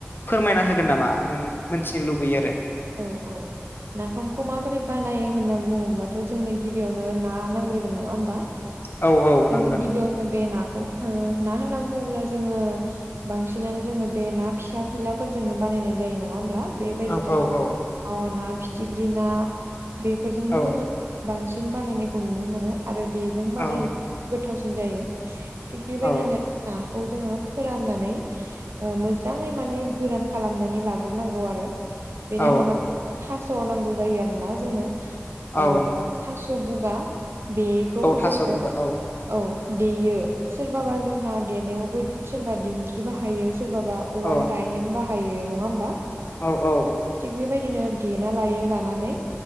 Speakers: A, on the left; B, on the right.
A: फोरमायना होगोन नामा आं मोनथिनो लुबैयो आरो
B: औ औ नाफामखौ माबोरै बानायो होनना बुङोब्लाथ जोंनो गिबियावनो ना नांग्रोगोन नङा होमबा
A: आरो औ औ
B: जों
A: नांगोन
B: गिबियावनो बे नाखौ ओ ना होनना बुङोब्ला जोङो बांसिनानो जोङो बे ना फिसा फिलाफोरजोंनो बानायनाय जायो नङा होमब्ला बेबायदिनो
A: औ औ औ
B: मावा ना फिथिख्रि ना बेफोरजोंनो
A: औ
B: जोङो बांसिन बानायनायखौ नुनो मोनो आरो बेजों बानायोब्ला
A: औ
B: गोथावसिन जायो थिग बेबायदिनो
A: औ
B: नाखौ जोङो फोराननानै ओ मोजाङै माने गोरान खालामनानै लाग्रोनांगौ आरो बेनि
A: औ
B: उनावहाय थास नांगौ जायो आरोना जोंनो बे
A: औ
B: ओ थास बुगा बेखौ
A: औ थास'
B: जोङो
A: बुगा औ
B: औ देयो सोरबाबा जोंहा देनायावबो सोरबा दिंखि बाहायो सोरबाबा उवाल
A: औ
B: गायहेन बाहायो नङा होमबा
A: औ औ
B: थिग बेबायदिनो देना लायो लानानै